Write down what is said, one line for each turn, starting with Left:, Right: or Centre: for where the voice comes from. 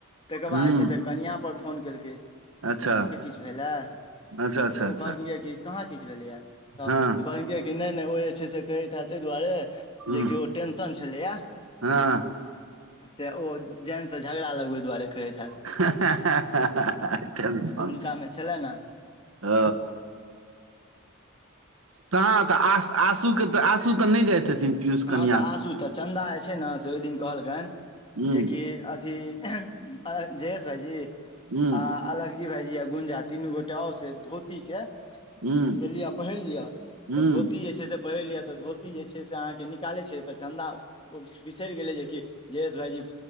Left: तकर
Right: ह
Left: बाद जे छै कनिआँ पर फोन केलकै
Right: अच्छा
Left: भेलै
Right: अच्छा अच्छा
Left: तऽ ओ
Right: अच्छा
Left: कहलखिन कहाँ किछु भेलैय तऽ
Right: हँ
Left: कहलकैन नहि नहि ओ जे छै से कहैत हायत एहि दुआरे।
Right: ह
Left: जे किओ टेंशन छलैऐ।
Right: हँ
Left: से ओ जनसँ झगड़ा लगबै दुआरे कहैत हैत
Right: <unintelligible> टेंशन
Left: <unintelligible>
Right: छै
Left: छलै नऽ
Right: ओ तऽ तऽ आ आशूके तऽ आँसू तऽ नहि जाइत हेथिन पीयूष कन्यास।
Left: हँ तऽ आसू तऽ चन्दा जे छै ने, से ओहि दिन कहलकनि
Right: हूँ
Left: जेकि अथी जयेश भाईजी
Right: हूँ
Left: आ अलकजी भाइजी या गुंजा तीनू गोटा आओ से धोती के
Right: हूँ
Left: <unintelligible> पहिर लियअ
Right: हूँ
Left: तऽ धोती जे छै से पहिर लिअ तऽ धोती जे छै से अहाँकेँ निकालैत छै तऽ चन्दा ओ बिसरि गेलै जेकि जयेश भााय जी